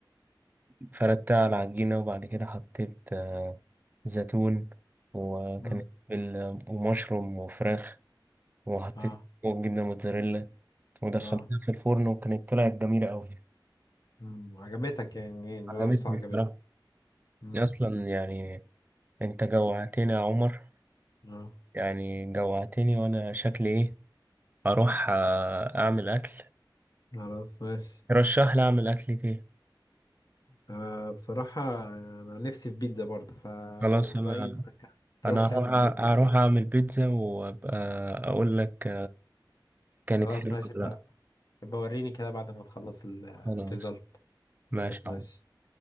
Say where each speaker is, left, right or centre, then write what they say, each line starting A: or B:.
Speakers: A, on the right; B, on the left.
A: وفردتها على العجينة وبعد كده حطيت آه، زيتون وكانت
B: امم
A: بال- ومشروم وفراخ وحطيت
B: اه
A: جبنة موتزاريلا ودخلتها
B: اه
A: في الفرن وكانت طلعت جميلة أوي
B: امم عجبتك يعني الوصفه
A: عجبتني
B: عجبتك
A: بصراحة
B: امم
A: أصلا يعني أنت جوعتني يا عمر
B: اه
A: يعني جوعتني وأنا شكلي إيه أروح آه، أعمل أكل
B: خلاص ماشي
A: رشح لي أعمل أكلة إيه
B: آه بصراحه انا نفسي في بيتزا برضه فرأيي
A: خلاص أنا
B: انك تروح
A: انا
B: تعمل
A: هروح
B: بيتزا
A: هروح
B: كده
A: اعمل بيتزا وابقى اقول لك كانت
B: خلاص
A: حلوة
B: ماشي
A: ولا
B: بقى
A: لا
B: يبقى وريني كده بعد ما تخلص الريزلت
A: خلاص
B: خلاص
A: ماشي
B: ماشي